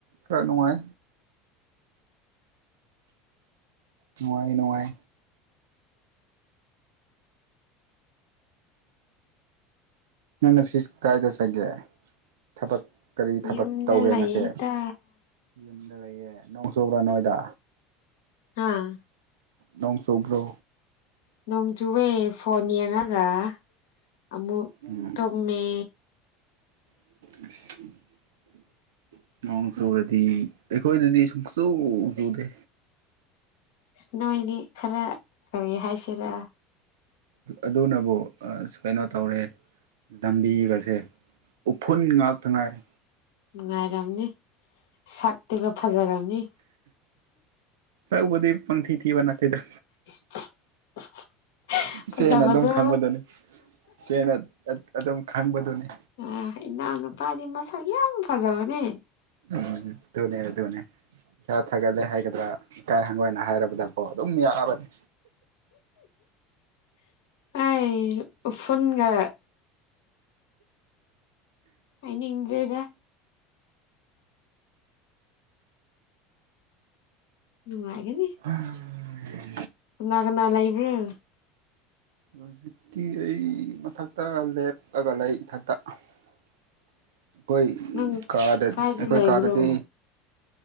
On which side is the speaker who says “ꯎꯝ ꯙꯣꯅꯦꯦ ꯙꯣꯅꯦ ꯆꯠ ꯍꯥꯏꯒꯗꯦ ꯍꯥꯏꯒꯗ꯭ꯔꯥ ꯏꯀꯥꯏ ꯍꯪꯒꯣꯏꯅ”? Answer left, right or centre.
Right